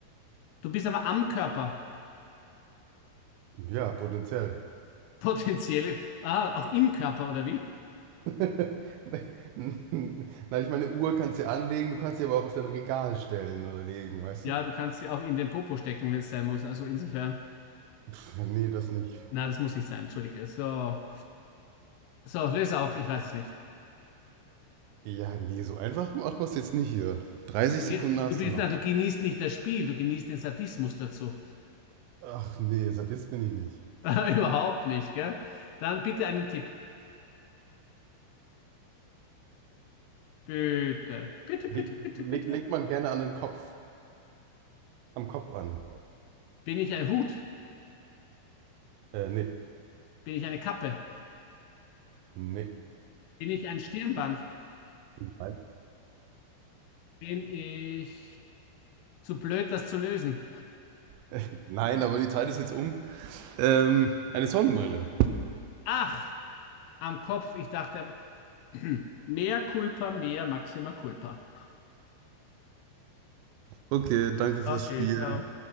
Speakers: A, on the left; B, on the right.
A: Du bist aber am Körper.
B: Ja, potenziell.
A: <laughs> Potenziell. Ah, auch im Körper, oder wie?
B: <laughs> Nein, ich meine, Uhr kannst du ja anlegen, du kannst sie aber auch auf dein Regal stellen oder legen, weißt
A: Ja,
B: du?
A: du kannst sie auch in den Popo stecken, wenn es sein muss. Also insofern.
B: Pff, nee, das nicht.
A: Na, das muss nicht sein, entschuldige. So, so, löse auf, ich weiß es nicht.
B: Ja, nee, so einfach macht man es jetzt nicht hier. 30
A: Du,
B: Sekunden
A: ge-
B: hast
A: du bist,
B: du noch.
A: na, du genießt nicht das Spiel, du genießt den Sadismus dazu.
B: Ach nee, Sadist bin ich nicht.
A: <laughs> Überhaupt nicht, gell? Dann bitte einen Tipp. Bitte, bitte,
B: Legt,
A: bitte, bitte,
B: legt,
A: bitte.
B: legt man gerne an den Kopf, am Kopf an.
A: Bin ich ein Hut?
B: Äh, nee,
A: Bin ich eine Kappe?
B: nee.
A: Bin ich ein Stirnband?
B: Nein.
A: Bin ich zu blöd, das zu lösen?
B: <laughs> Nein, aber die Zeit ist jetzt um. Ähm, eine Sonnenbrille.
A: Ach, am Kopf. Ich dachte, am- <clears throat> mehr Culpa, mehr Maxima Culpa.
B: Okay, danke fürs
A: Okay,
B: Spiel.
A: ciao.